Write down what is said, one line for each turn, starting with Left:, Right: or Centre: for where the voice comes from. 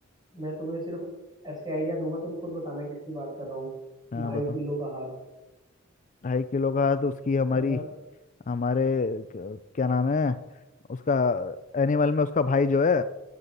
Right: मैं तुम्हें सिर्फ ऐसे आइडिया दूंगा तुम खुद बताना किसकी बात कर रहा हूँ
Left: हाँ
Right: ढाई
Left: बता
Right: किलो का हाथ
Left: ढाई किलो का तो उसकी हमारी
Right: बता
Left: हमारे क- क्या नाम है उसका एनिमल में उसका भाई जो है